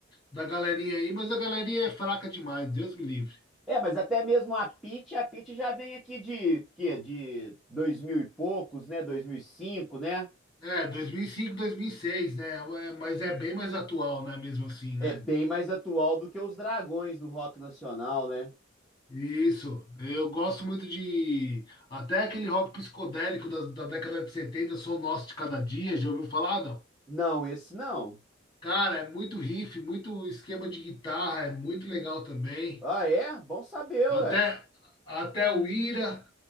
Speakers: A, on the left (about 25°); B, in the centre.
A: da galerinha aí, mas a galerinha é fraca demais, Deus me livre.
B: É, mas até mesmo a Pitty, a Pitty já vem aqui de, quê? De 2000 e poucos, né? 2005, né?
A: É, dois dois mil mil e cinco, dois mil e seis, né? É, Mas é bem mais atual, né? Mesmo assim, né?
B: É bem mais atual do que os Dragões do rock nacional, né?
A: Isso. Eu gosto muito de. Até aquele rock psicodélico da, da década de 70, Sou Nosso de Cada Dia, já ouviu falar? Ah, Não.
B: Não, esse não.
A: Cara, é muito riff, muito esquema de guitarra, é muito legal também.
B: Ah, é? Bom saber, ué.
A: Até, até o Ira.